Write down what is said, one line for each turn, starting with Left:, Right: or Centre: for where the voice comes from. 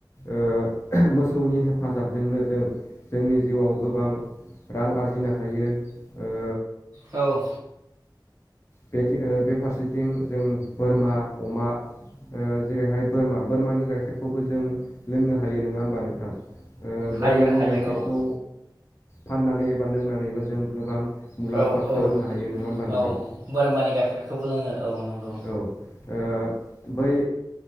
Left: ओ मोसौनि हेफाजाबजोंनो जों जोंनि जिउआव गोबां रां आरजिनो हायो ओ
Right: औ
Left: बे ओ बे फारसेथिं जों बोरमा अमा जेरैहाय बोरमा बोरमानि गाइखेरखौबो जों लोंनो हायो नङा होमबा नोंथां बोरमानि
Right: हायो हायो
Left: गाइखेरखौ
Right: औ
Left: फाननानै एबा लोंनानैबो जों गोबां मुलाम्फा
Right: औ औ
Left: खालामनो हायो नङा होमबा
Right: औ
Left: नोंथां?
Right: बोरमानि गाइखेरखौबो लोङो औ नंगौ
Left: औ ओ बै